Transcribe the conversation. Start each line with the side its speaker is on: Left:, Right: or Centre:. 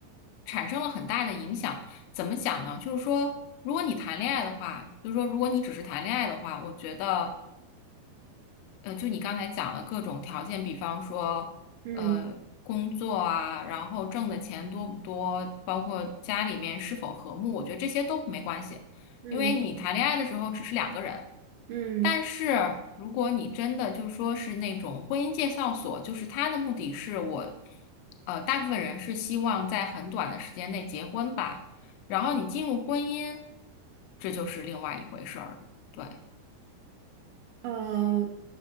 Left: 产生了很大的影响。怎么讲呢？就是说，如果你谈恋爱的话，就是说，如果你只是谈恋爱的话，我觉得。呃，就你刚才讲的各种条件，比方说，
Right: 嗯
Left: 呃，工作啊，然后挣的钱多不多，包括家里面是否和睦，我觉得这些都没关系，
Right: 嗯
Left: 因为你谈恋爱的时候只是两个人。
Right: 嗯，
Left: 但是如果你真的就说是那种婚姻介绍所，就是他的目的是我，呃，大部分人是希望在很短的时间内结婚吧，然后你进入婚姻，这就是另外一回事儿了。对。
Right: 呃，